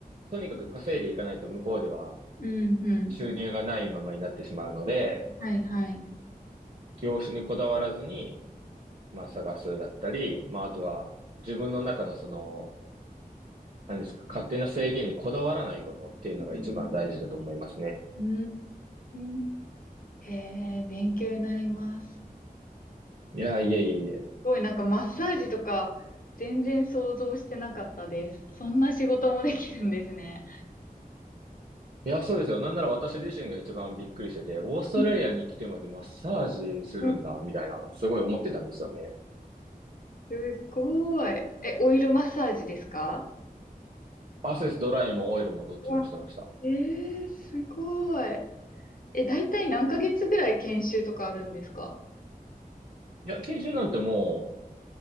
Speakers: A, on the right; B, on the left.
A: とにかく稼いでいかないと向こうでは
B: うんうん。
A: 収入がないままになってしまうので、
B: はいはい。
A: 業種にこだわらずに、まあ探すだったり、まああとは自分の中のその、何ですか、勝手な制限にこだわらないことっていうのが一番大事だと思いますね。
B: うん。うーん。へえ、勉強になります。す
A: いや、いえいえいえ。
B: ごいなんかマッサージとか全然想像してなかったです。そんな仕事もできるんですね。
A: いや、そうですよ。なんなら私自身が一番びっくりしてて、オーストラリアに来てまでマッサージするんだ、
B: うんうん
A: みたいな、すごい思ってたんですよね。
B: すごい。え、オイルマッサージですか
A: あ、そうです。ドライもオイルもどっちもしてました。
B: うわえー、すごい。え、だいたい何ヶ月ぐらい研修とかあるんですか
A: いや、研修なんても